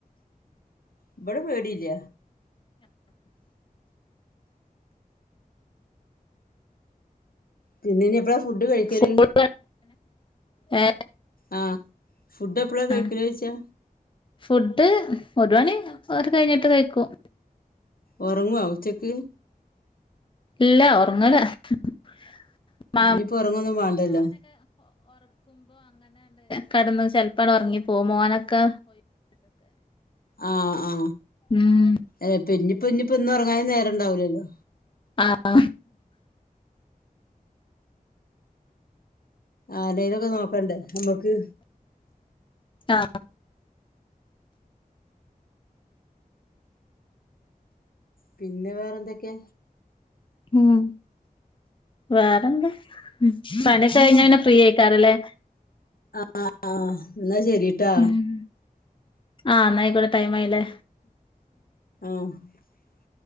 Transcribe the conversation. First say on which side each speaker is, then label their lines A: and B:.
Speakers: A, on the left; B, on the left.
A: ഇവിടെ പേടില്ല പിന്നെ ഇനി എപ്പോഴാ ഫുഡ് കഴിക്കല്
B: സ്കൂള് ഏ
A: ആ ഫുഡ് എപ്പോഴാ കഴിക്കല്
B: ആ
A: ചോച്ചാ
B: ഫുഡ് ഒരു മണി അത് കഴിഞ്ഞിട്ട് കഴിക്കും
A: ഉറങ്ങുവോ ഉച്ചക്ക്
B: ഇല്ല ഉറങ്ങലാ <unintelligible>
A: ഇനിയിപ്പോ ഉറങ്ങൊന്നും വേണ്ടല്ലോ
B: കടന്ന ചെലപ്പട് ഉറങ്ങി പോവും മോനൊക്കെ
A: ആ ആ
B: ഉം
A: എ പിന്നിപോ ഞ്ഞിപോ ഇന്ന് ഉറങ്ങാന് നേരം ഇണ്ടാവിലല്ലോ
B: ആ ആ
A: ആന്നെന്നാഓക്കേ നോക്കണ്ടേ നമ്മക്ക്
B: ആ
A: പിന്നെ വേറെ എന്തൊക്കെ
B: ഉം വേറെന്താ ഉം പണി കഴിഞ്ഞ പിന്നെ ഫ്രീയ ആക്കാറല്ലേ
A: ആ ആ എന്നാ ശരിട്ടാ
B: ഉം ആ നായിക്കൂടെ ടൈംയില്ലേ
A: മ്മ്